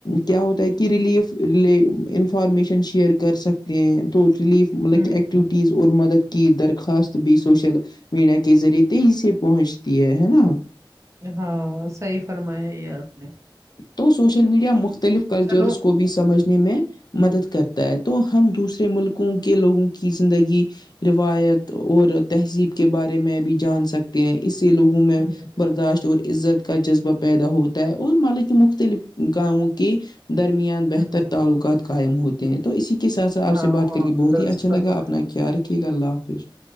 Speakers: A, on the left; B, on the right.
A: کیا ہوتا ہے کہ ریلیفے انفارمیشن شیئر کر سکتے ہیں تو ریلیف مطلب
B: ہوں
A: کہ ایکٹیویٹیز
B: ہوں
A: اور مدد کی درخواست بھی سوشل میڈیا کے ذریعے تھے اسے پہنچتی ہے ہے نا
B: ہاں صحیح فرمایا یہ آپ نے
A: تو سوشل میڈیا مختلف کلچرس
B: چلو
A: کو بھی سمجھ میں مدد کرتا ہے تو ہم دوسرے ملکوں کے لوگوں کی زندگی روایت اور تہذیب کے بارے میں بھی جان سکتے ہیں اس سے لوگ
B: ہوں،
A: میں برداشت اور عزت کا جذبہ پیدا ہوتا ہے اور مک مختلف کاموں کے درمیان بہتر
B: ہوں،
A: تعلقات قائم ہوتے ہیں تو اسی کے ساتھ س آپ
B: ہاں
A: سے بات کر کے بہت
B: درست
A: ہی اچھا
B: کر
A: لگا
B: رہا
A: اپنا
B: ہے
A: خیال رکھیے گا اللہ حافظ